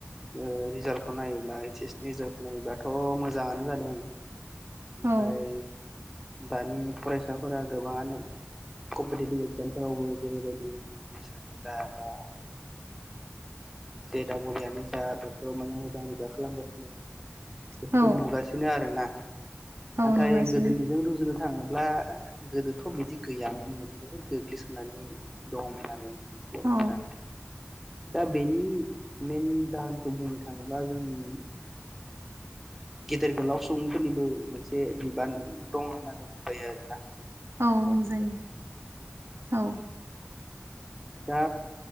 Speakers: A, in the centre; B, on the right.
A: ओ रिजाल्टखौ नायोब्ला ओइस एस नि रिजालखौ नायोब्लाथ मोजाङानो जादों। ओमफ्राय
B: औ
A: दानि। फरायसाफोरा गोबाङानो कम्पिटिभनि एगजामफोरावबो जेरैबायदि एम बि बि एस आनो जा बा। जे दाबल इ यानो जा बेफोराव माने मोजां रिजालट खालामगासिनो। बेफोखौ
B: औ
A: नुगासिनो आरोना।
B: औ
A: नाथाय
B: नुगासिनो
A: गोदोनिजों रुजुनो थाङोब्ला गोदोथ बिदि गैयामोन्नो बहुद गोग्लैसोनानै दङमोन आरो। बर
B: औ
A: फोरा। दा ब बेनि मेन जाहोनखौ बुंनो थाङोब्ला जोंनि गेदेर गोलाव सुबुंफोरनिबो मोनसे बिबान दं होननानै बुंजायो आरो ना।
B: औ बुंजायो औ।
A: दा